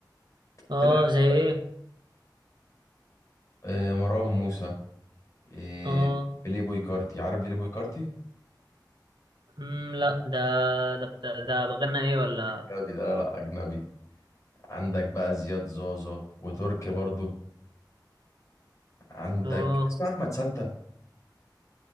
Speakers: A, on the right (about 75°); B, on the left (about 45°).
A: اه
B: تلاقي
A: زي ايه
B: آه، مروان موسى آه،
A: اه
B: بيلي بوي كارتي عارف بيلي بوي كارتي
A: امم لا ده ده بت- ده غنى ايه ولا
B: اجنبي ده لا اجنبي عندك بقى زياد زازا وتركي برضو عندك
A: اه
B: اسمه احمد سانتا